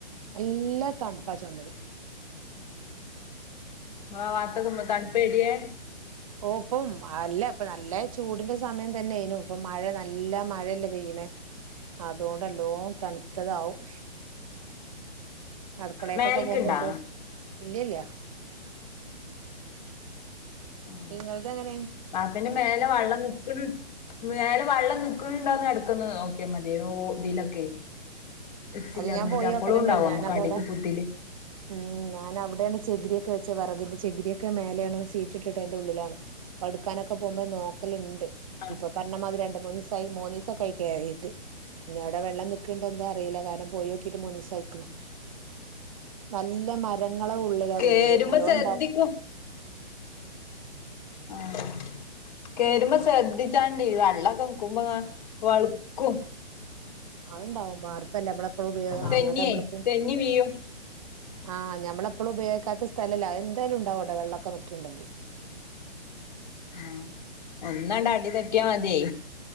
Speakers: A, on the right; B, on the left.
A: നല്ല തണുപ്പാ ചൊമര്
B: ഇങ്ങളെ ആഹ് വാത്തൊ‌ക്കെ മ് തണുപ്പേരിയെ
A: ഓ പ്പം അല്ലാ ഇപ്പം നല്ല ചൂടിന്റെ സമയം തന്നേനുപ്പം മഴ നല്ല മഴല്ലേ പെയ്യന്നേ അതോണ്ടല്ലോ തണ്ത്തതാവും അടുക്കളേല്ക്കൊക്കെ
B: മേൽക്ക്ണ്ടാ
A: പോമ്പോ <unintelligible> ഇല്ലില്യ
B: ആഹ്
A: ഇങ്ങളത് അങ്ങനെ
B: വാർകെന്റെ മേലെ വള്ളം നിക്ക്ണ് <unintelligible> വള്ളം നിക്കുന്നുന്നുണ്ടോ എടുകുന്നുണ്ടോന്ന് നോക്കിയ മതി ഓഹ് ഇതിലൊക്കെ ഇച്ചിലറിഞ്ഞിട്ട്
A: അത് ഞാൻ പോയ
B: അപ്പളും
A: ഒക്കെല് തന്നെയാണ്
B: ഉണ്ടാവും നമ്മക്ക്
A: ഞാൻ അതവിടെ
B: അടിക്ക് പുതില്
A: ഉമ് ഞാൻ അവിടെയാണ് ചെകിരി ക് വെച്ചേ വേറകിന്റെ ചെകിരി ഒക്കെ മേലെയാണ് ഷിറ്റിട്ടിട്ടു അയിന്റെ ഉള്ളിലാണ് എടുക്കാനൊക്കെ പോകുമ്പോ നോക്കല്
B: ആഹ്
A: ഇപ്പൊ പറഞ്ഞമാതിരി രണ്ടു മൂന്നീസായി മൂന്നീസൊക്കെയായി കേറീട്ട് ഇഞവ്ടെ വെള്ളം നി ക്ക്ണ്ടോ എന്താ അറീല്ല കാരണം പോയോക്കിട്ട് മൂന്നീസായിക് ണ് നല്ല മരങ്ങള ഉള്ളിലാ
B: കേറുമ്പോ
A: വീട് നല്ലോണ്ടാവും
B: ശ്രദ്ധിക്കും ആഹ് കേര്മ്പോ ശ്രദ്ധിച്ചാണ്ടി വള്ളൊക്കെ നിക്കുമ്പോങ്ങാ വള്ക്കും
A: അഹ്ണ്ടാവും വാർപ്പല്ലേ നമ്മളെപ്പളും ഉപയോഗ
B: തെന്നിയേ
A: അങ്ങട് നമ്മളെപ്പൊ
B: തെന്നി വീഴും
A: ആഹ് ഞമ്മളെപ്പളും ഉപയോഗിക്കാത്ത സ്ഥലല്ലേ അയെന്തായാലും ഉണ്ടാവു അവ്ടെ വെള്ളൊക്കെ നിക്ക്ണ്ടെങ്കി
B: മ് ഒന്നടാ അടി തെറ്റിയാ മതിയെ